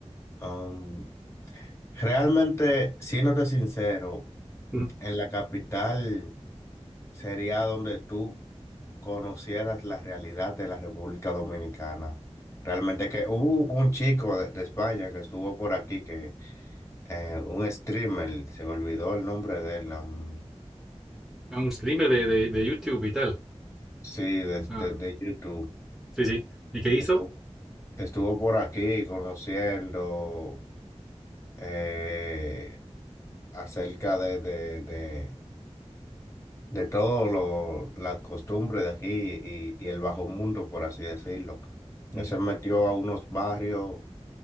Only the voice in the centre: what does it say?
ujú.
A Un streamer de, de, de YouTube y tal.
Ah,
sí, sí. ¿Y qué hizo?
Ujú.